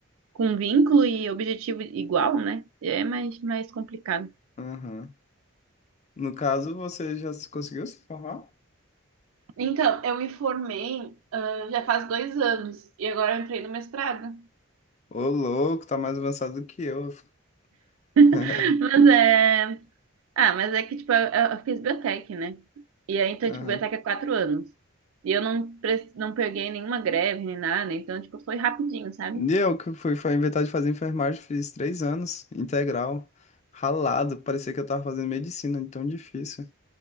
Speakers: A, on the right; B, on the left.
A: com vínculo e objetivo igual, né? É mais, mais complicado.
B: Aham. No caso, você já se- conseguiu se formar?
A: Então, eu me formei, ah, já faz dois anos e agora eu entrei no mestrado.
B: Ô, louco, tá mais avançado do que eu. <laughs>
A: <laughs> Mas é. Ah, mas é que, tipo, eu, eu fiz biotec, né? E aí, então,
B: Aham.
A: tipo, biotec é quatro anos. E eu não, pre- não peguei nenhuma greve, nem nada. né? Então, tipo, foi rapidinho, sabe?
B: E eu que fui, fui inventar de fazer enfermagem, fiz três anos, integral, ralado, parecia que eu tava fazendo medicina, de tão difícil.